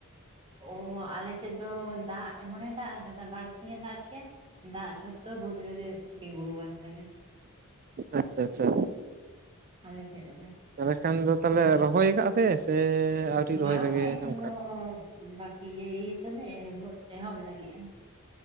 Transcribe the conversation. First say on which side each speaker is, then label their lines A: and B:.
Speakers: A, on the right; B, on the right.
A: ᱚ ᱟᱞᱮ ᱥᱮᱫ ᱫᱚ ᱫᱟᱜ ᱮᱢᱚᱱᱮ ᱫᱟᱜ ᱟᱠᱟᱫᱟ ᱵᱟᱨᱥᱤᱧ ᱮ ᱫᱟᱜ ᱠᱮᱭᱟ ᱫᱟᱜ ᱡᱷᱚᱛᱚ ᱵᱟ. ᱫᱽ ᱨᱮᱜᱮ ᱛᱤᱸᱜᱩ ᱟᱠᱟᱱ ᱛᱟᱞᱮ
B: ᱟᱪᱪᱷᱟ ᱟᱪᱪᱷᱟ
A: ᱟᱞᱮ ᱥᱮᱫ ᱨᱮ ᱫᱚ
B: ᱛᱟᱦᱞᱮ ᱠᱷᱟᱱ ᱫᱚ ᱛᱟᱦᱚᱞᱮ ᱨᱚᱦᱚᱭ ᱠᱟᱜ-ᱟ ᱯᱮ ᱥᱮ ᱟᱹᱣᱨᱤ ᱨᱚᱦᱚᱭ
A: ᱵᱟᱝᱢᱟ
B: ᱨᱮᱜᱮ
A: ᱮᱠᱷᱚᱱᱳ
B: ᱚᱱᱠᱟ
A: ᱵᱟᱹᱠᱤ ᱜᱮ ᱮᱭ ᱥᱳᱨ ᱞᱮ ᱮᱦᱚᱵ ᱞᱟᱹᱜᱤᱫᱼᱟ᱾